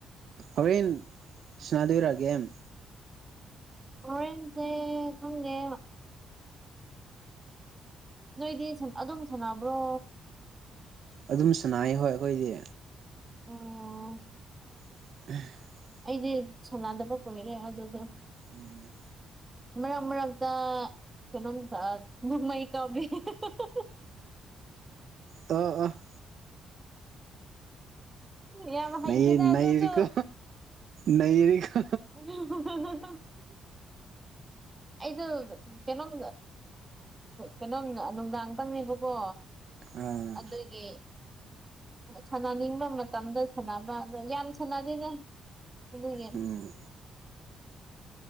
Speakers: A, on the right (about 65°); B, on the right (about 20°).
A: ꯍꯣꯔꯦꯟ ꯁꯥꯟꯅꯗꯣꯏꯔ ꯒꯦꯝ꯫
B: ꯍꯣꯔꯦꯟꯖꯦ ꯈꯪꯗꯦ꯫ ꯅꯣꯏꯗꯤ ꯑꯗꯨꯝ ꯁꯥꯟꯅꯕ꯭ꯔꯣ꯫
A: ꯑꯗꯨꯝ ꯁꯅꯥꯏ ꯍꯣꯏ ꯑꯩꯈꯣꯏꯗꯤ꯫
B: ꯑꯣ꯫
A: <unintelligible>
B: ꯑꯩꯗꯤ ꯁꯥꯟꯅꯗꯕ ꯀꯨꯏꯔꯦ ꯑꯗꯨꯗ
A: ꯎꯝ
B: ꯃꯔꯛ ꯃꯔꯛꯇ ꯄꯨꯅꯨꯝ ꯗꯨꯃꯏ ꯀꯥꯕꯤ <unintelligible>
A: ꯑ ꯑ <unintelligible>
B: ꯌꯥꯝ ꯍꯩꯇꯦꯗ
A: ꯅꯩꯌꯦ ꯅꯩꯔꯤꯀꯣ
B: ꯑꯗꯨꯁꯨ
A: ꯅꯩꯔꯤꯀꯣ
B: ꯎ <unintelligible> ꯑꯩꯁꯨ ꯀꯩꯅꯣꯝ ꯀꯩꯅꯣꯝ ꯅꯨꯡꯗꯥꯡꯇꯪꯅꯦꯕꯀꯣ
A: ꯑꯥ
B: ꯑꯗꯨꯒꯤ ꯁꯥꯟꯅꯅꯤꯡꯕ ꯃꯇꯝꯗ ꯁꯥꯟꯅꯕ ꯌꯥꯝ ꯁꯥꯟꯅꯗꯦꯗ ꯑꯗꯨꯦ꯫ <unintelligible>
A: ꯎꯝ